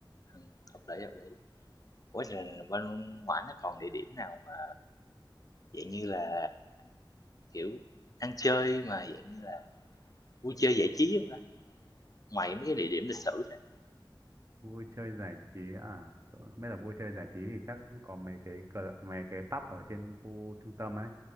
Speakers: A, on the left; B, on the right.
A: ừm, hợp lý, hợp lý. Ủa, rồi bên ngoải nó còn địa điểm nào mà dạng như là, kiểu, ăn chơi mà dạng như là vui chơi giải trí không ta? Ngoài mấy cái địa điểm lịch sử ra.
B: Vui chơi giải trí à? Tôi Không biết là vui chơi giải trí thì chắc cũng có mấy cái cờ, mấy cái pub ở trên khu trung tâm ấy.